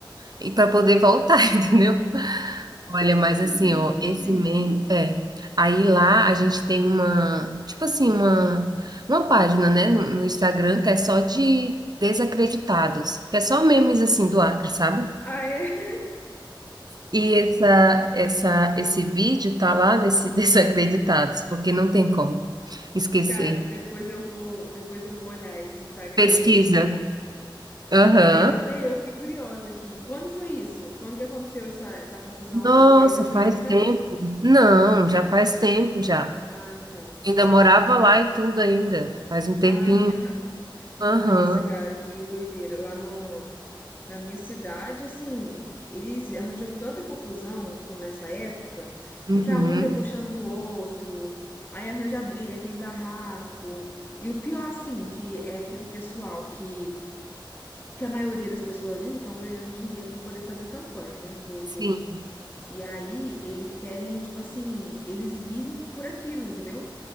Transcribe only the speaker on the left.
Gente,
ah é,
cara, depois eu vou, depois eu vou olhar esse Instagram
aí, porque...
Não, agora eu, até eu fiquei curiosa aqui. Quando foi isso? Quando que aconteceu essa, essa confusão
aí? Foi a última
eleição?
Ah, tá.
Entendi.
Ah, tá.
Nossa, cara, que doideira. Lá no Na minha cidade, assim, eles arranjam tanta confusão com- nessa época,
fica um debochando do outro, aí arranja briga, aí tem barraco. E o pior, assim, que é aquele pessoal que, que a maioria das pessoas ali estão ganhando dinheiro para poder fazer campanha, né, pro
povo. E aí eles querem, tipo assim, eles vivem por aquilo, entendeu?